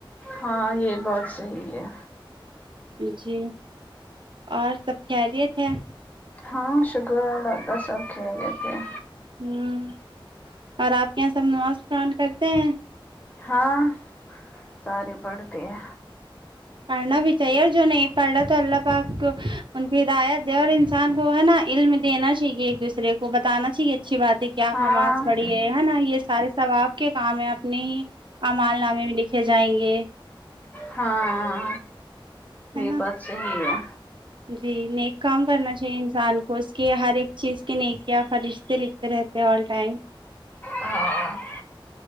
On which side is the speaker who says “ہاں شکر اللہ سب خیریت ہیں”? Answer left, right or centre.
Left